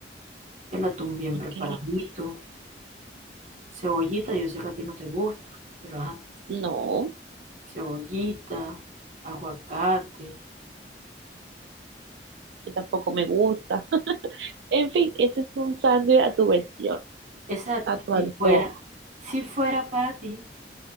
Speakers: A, on the right; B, on the right.
A: el atún bien
B: Ok.
A: preparadito, cebollita, yo sé que a ti no te gusta, pero ajá,
B: No,
A: cebollita, aguacate.
B: que tampoco me gusta. <laughs> En fin, ese es un sándwich a tu versión,
A: Exacto,
B: a tu
A: si
B: antojo.
A: fuera, si fuera para ti,